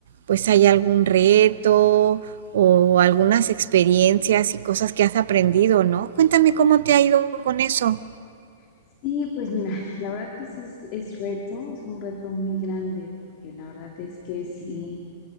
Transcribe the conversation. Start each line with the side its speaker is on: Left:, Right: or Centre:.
Right: pues hay algún reto o algunas experiencias y cosas que has aprendido, ¿no? Cuéntame cómo te ha ido con eso.
Left: Sí, pues mira, la verdad que sí es, es reto, es un reto muy grande, porque la verdad es que sí,